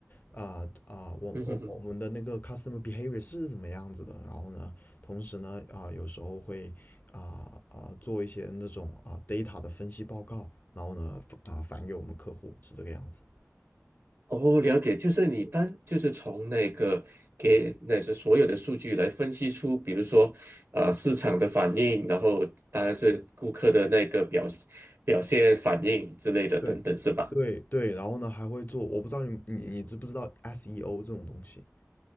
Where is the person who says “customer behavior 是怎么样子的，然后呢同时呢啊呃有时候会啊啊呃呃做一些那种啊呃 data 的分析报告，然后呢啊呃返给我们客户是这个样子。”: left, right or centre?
Left